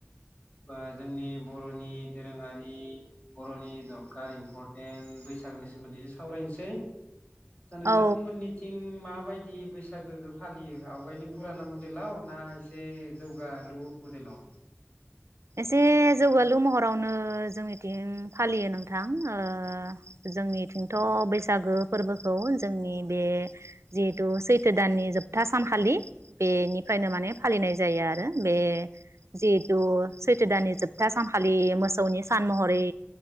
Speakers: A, on the left (about 30°); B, on the right (about 80°).
A: दा जोंनि बर'नि दोरोङारि बर'नि दरखार इम्परटेन्ट बैसागोनि सोमोन्दै सावरायनोसै। आसा नोंथांमोननि
B: औ
A: थिं माबायदि बैसागोखौ फालियो आवगायनि पुराना मडेलाव ना एसे जौगालु मडेलाव?
B: एसे जौगालु महरावनो जोंनिथिं फालियो नोंथां ओ जोंनिथिंथ'
A: उम
B: बैसागो फोरबोखौ जोंनि बे जिहेतु सैथो दाननि जोबथा सानखालि बेनिफ्रायनो माने फालिनाय जायो आरो बे जिहेतु सैथो दाननि जोबथा सानखालि मोसौनि सान महरै